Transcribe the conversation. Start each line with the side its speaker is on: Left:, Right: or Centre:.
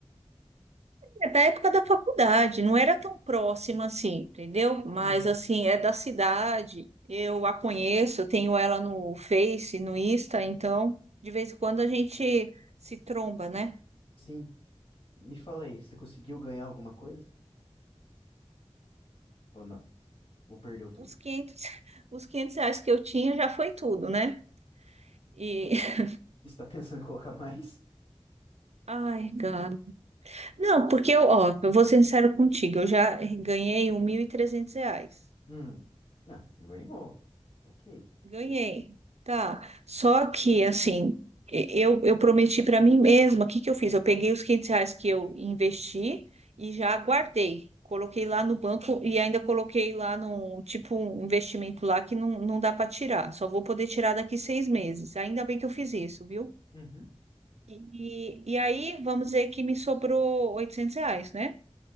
Right: É da época da faculdade, não era tão próxima assim, entendeu? Mas
Left: Uhum.
Right: assim, é da cidade, eu a conheço, eu tenho ela no Face, no Insta, então de vez em quando a gente se tromba, né?
Left: Sim. Me fala aí, você conseguiu ganhar alguma coisa? Ou não? Ou perdeu tudo?
Right: os 500 os 500 reais que eu tinha já foi tudo, né? E, <laughs>
Left: Está <laughs> pensando em colocar mais?
Right: ai, Gabi. Não, porque eu, ó, eu vou ser sincero contigo, eu já ganhei um 1.300 reais.
Left: Hum. Ah, ganhou. Ok.
Right: Ganhei, tá? Só que, assim, e- eu, eu prometi para mim mesma, o que que eu fiz? Eu peguei os 500 reais que eu investi e já guardei. Coloquei lá no banco e ainda coloquei lá no, tipo, um investimento lá que não, não dá para tirar. Só vou poder tirar daqui seis meses. Ainda bem que eu fiz isso, viu?
Left: Uhum.
Right: E, e aí, vamos dizer que me sobrou 800 reais, né?